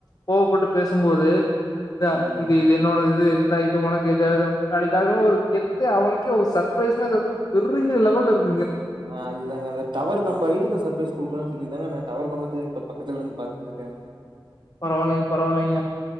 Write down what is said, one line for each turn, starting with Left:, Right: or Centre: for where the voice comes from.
Left: கோவப்பட்டு பேசும்போது அத
Right: ம்
Left: இது இது இது இந்தா இது உனக்கு இது <unintelligible> அவ்ங்களுக்கே ஒரு சர்ப்ரைஸ்னு சொல்ட்டு பெரிய லெவல் இருக்
Right: நா அதுதாங்க அந்த டவர் கம்ப ஹைட்டுக்கு சப்ரைஸ் குடுக்குலானு சொல்லி ஏங்க நா டவர் கம்பதுல இப்ப பக்கத்துலருந்து பாத்துட்டுருக்கே
Left: பரவால்லைங்க பரவால்லைங்க